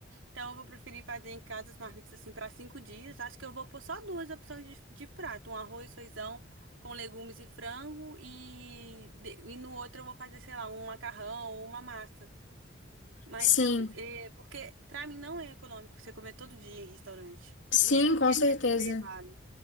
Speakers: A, on the right; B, on the left.
A: Então eu vou preferir fazer em casa as marmitas assim pra cinco dias. Acho que eu vou pôr só duas opções de, de prato: um arroz, feijão com legumes e frango e, de- e no outro eu vou fazer, sei lá, um macarrão ou uma massa. Mas
B: Sim.
A: eu, é, porque pra mim não é econômico você comer todo dia em restaurante.
B: Sim,
A: Mesmo
B: com
A: que a
B: certeza.
A: empresa dê vale.